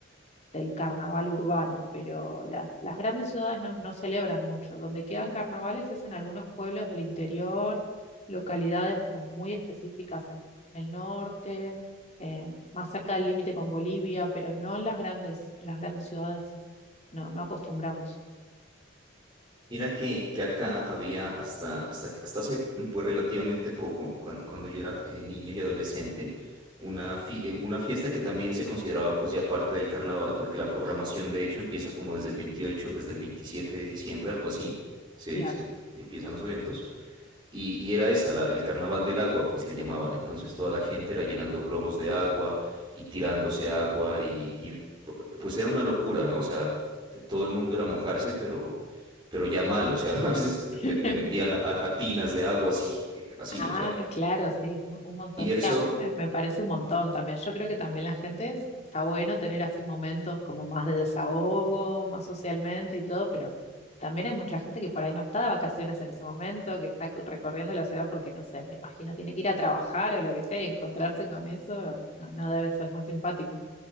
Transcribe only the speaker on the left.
del carnaval urbano, pero las, las grandes ciudades no, no celebran mucho. Donde quedan carnavales es en algunos pueblos del interior, localidades como muy específicas en el norte, eh, más cerca del límite con Bolivia, pero no en las grandes, las grandes ciudades. No, no acostumbramos.
Claro.
<laughs>
Ah,
claro, sí, un un montón.
Sí,
a mí me, me parece un montón también. Yo creo que también la gente es- está bueno tener así momentos como más de desahogo, más socialmente y todo, pero también hay mucha gente que por ahí no está de vacaciones en ese momento, que está cu- recorriendo la ciudad porque, no sé, me imagino tiene que ir a trabajar o lo que sea y encontrarse con eso no, no debe ser muy simpático.